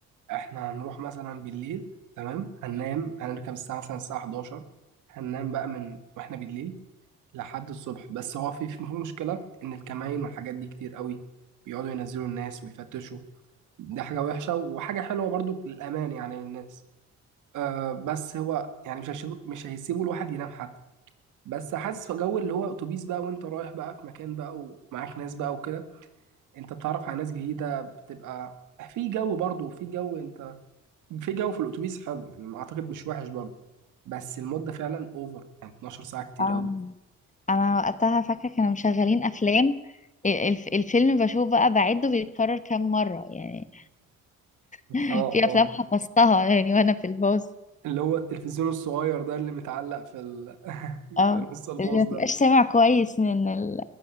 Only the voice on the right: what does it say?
احنا هنروح مثلا بالليل تمام هننام هنركب الساعة مثلا الساعة 11 هننام بقى من واحنا بالليل لحد الصبح بس هو في في مشكلة ان الكمائن والحاجات دي كتير قوي بيقعدوا ينزلوا الناس ويفتشوا دي حاجة وحشة وحاجة حلوة برضو للأمان يعني للناس آه بس هو يعني مش هيسيبوا مش هيسيبوا الواحد ينام حتى بس حاسس في جو اللي هو اتوبيس بقى وانت رايح بقى في مكان بقى ومعاك ناس بقى وكده انت بتتعرف على ناس جديدة بتبقى في جو برضو في جو انت في جو في الاتوبيس حلو يعني ما اعتقد مش وحش برضه بس المده فعلا اوفر يعني 12 ساعه كتير
قوي
اه
اه
اللي هو التلفزيون الصغير ده اللي متعلق في ال... <laughs>
في نص الباص
ده